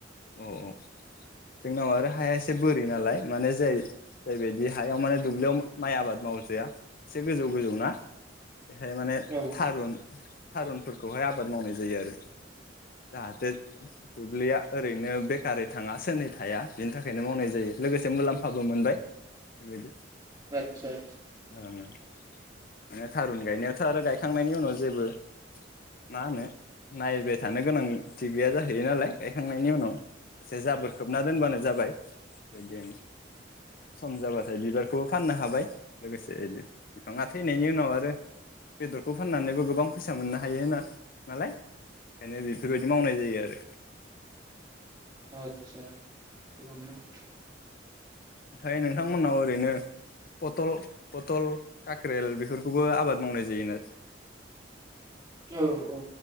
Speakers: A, on the left; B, on the right.
A: अ अ जोंनाव आरो हाया एसे बोरि नालाय माने जाय जायबायदि हायाव माने दुब्लियाव माइ आबाद मावजाया एसे गोजौ गोजौ ना बेहाय माने
B: औ
A: थारुन थारुनफोरखौहाय आबाद मावनाय जायो आरो। जाहाथे दुब्लिया ओरैनो बेखारै थाङा सोरनै थाया बिनि थाखायनो मावनाय जायो। लोगोसे मुलाम्फाबो मोनबाय। <unintelligible>
B: आतसा आ
A: ओं माने थारुन गायनायावथ' आरो गायखांनायनि उनाव जेबो मा होनो नायबाय थानो गोनांथि गैया जाहैयो नालाय थांनायनि उनाव एसे जाबोर खोबना दोनबानो जाबाय। बेदि ओं सम जाबाथाय बिबारखौबो फाननो हा हाबाय लोगोसेनो बिफाङा थैनायनि उनाव आरो बेदरखौ फाननानैबो गोबां फैसा मोननो हायो नालाय ओंखायनो बे बेफोरबायदि मावनाय जायो आरो।
B: आतसा <unintelligible>
A: ओमफाय नोंथांमोननाव ओरैनो पटल पटल काख्रेल बेफोरखौबो आबाद मावनाय जायोना?
B: औ औ